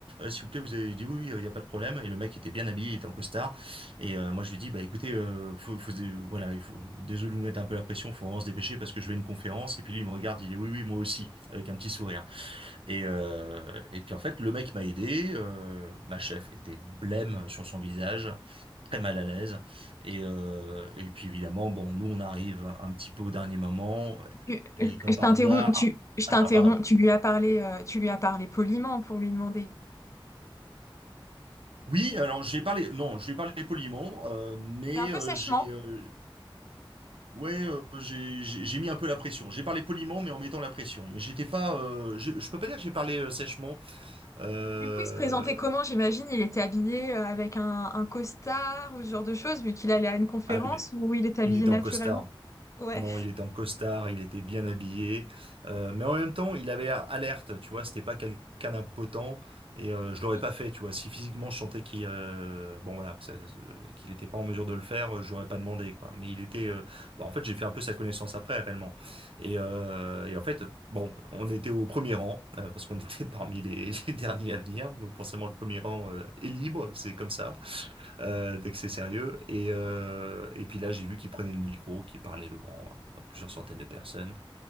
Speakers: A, on the right; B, on the left.
A: s'il vous plaît, vous avez» dit «Oui, oui, heu, il y a pas de problème» et le mec était bien habillé, il était en costard et heu, moi je lui dis: «Bah écoutez, heu, faut faut dé voilà, il faut désolé de vous mettre un peu la pression, faut vraiment se dépêcher parce que je vais à une conférence» et puis lui, il me regarde, il dit: «Oui, oui, moi aussi» avec un petit sourire. Et, euh, et puis en fait, le mec m'a aidé. euh, ma chef était blême sur son visage, très mal à l'aise. Et, euh, et puis évidemment, bon, nous on arrive un petit peu au dernier moment.
B: Tu- Je
A: Et comme par
B: t'interromps,
A: hasard,
B: tu, je t'interromps,
A: alors pardon.
B: tu lui as parlé, euh, tu lui as parlé poliment pour lui demander.
A: Oui, alors je vais parler, non, je vais parler poliment, euh, mais
B: Fais un peu
A: euh,
B: sèchement.
A: j'ai, euh, ouais, euh, j'ai, j'ai j'ai mis un peu la pression. J'ai parlé poliment, mais en mettant la pression. Mais j'étais pas, euh, je, je peux pas dire que j'ai parlé euh, sèchement. Euh,
B: Du coup, il se présentait comment? J'imagine, il était habillé euh, avec un, un costard ou ce genre de choses, vu qu'il allait à une conférence
A: Ah, il est,
B: où il était habillé
A: il était
B: naturellement.
A: en costard.
B: Ouais.
A: Non, il était en costard, il était bien habillé, euh, mais en même temps, il avait l'air alerte, tu vois, c'était pas quelqu'un d'impotent, et euh, je l'aurais
B: Oui.
A: pas fait, tu vois. Si physiquement je sentais qu'il euh, bon voilà, que ça- euh, qu'il était pas en mesure de le faire, euh, je l'aurais pas demandé, quoi. Mais il était, euh, bah, en fait, j'ai fait un peu sa connaissance après, réellement. Et, euh, et en fait, bon, on était au premier rang, euh, parce qu'on était <laughs> parmi les, les derniers à venir, donc forcément le premier rang euh, est libre, c'est comme ça euh, dès que c'est sérieux. Et, euh, et puis là, j'ai vu qu'il prenait le micro, qu'il parlait devant euh, plusieurs centaines de personnes.